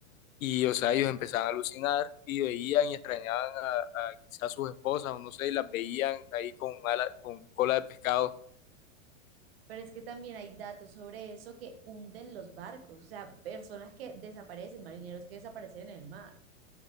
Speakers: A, on the left (about 85°); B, on the right (about 45°).
A: Y, o sea, ellos empezaban a alucinar y veían y extrañaban a, a quizás sus esposas o no sé, y las veían ahí con, ala- con cola de pescado
B: Pero es que también hay datos sobre eso que hunden los barcos, o sea, personas que desaparecen, marineros que desaparecen en el mar,